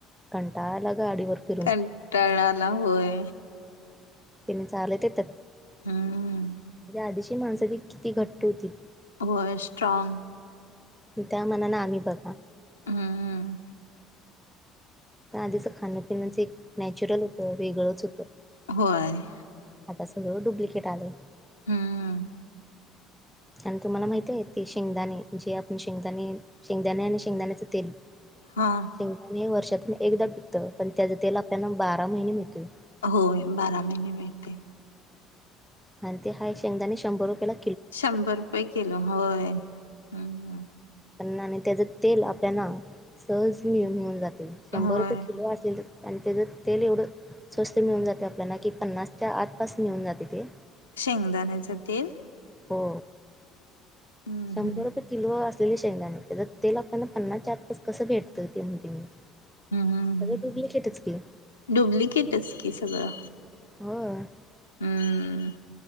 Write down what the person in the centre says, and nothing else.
कंटाळा आला गाडीवर. फिरून
तिने चालत येत,
ति आधीची माणस किती घट्ट होती.
त्या मानान आम्ही बघा.
त्या आधीच खाणपिण्याच एक नॅचरल होतं, वेगळंच होतं.
आता सगळ डुप्लिकेट आलय.
आणि तुम्हाला माहतीये ते शेंगदाणे, जे आपण शेंगदाणे, शेंगदाणे यना शेंगदाण्याचे तेल.
शेंगदाणे वर्षातून एकदाच पिकतं, पण त्याच तेल आपल्याना बारा महिने मिळतोय.
आणि ते हाय शेंगदाने शंभर रुपया ला
पनना आणि त्याच तेल आपल्याना, सहज मि-मिळुन जातय, शंभर
रुपये किलो असेल तर आन त्याचं तेल एवढं स्वस्त मिळून जात आपल्याला, की पन्नासच्या आसपास मिळून जात ते.
हो.
शंभर
रुपये किलो असलेले शेंगदाने, तेझ तेल आपल्याला पन्नासच्या आत कसं भेटतं? ते म्हणतोय मी
सगळं डुप्लिकेटच की
होय.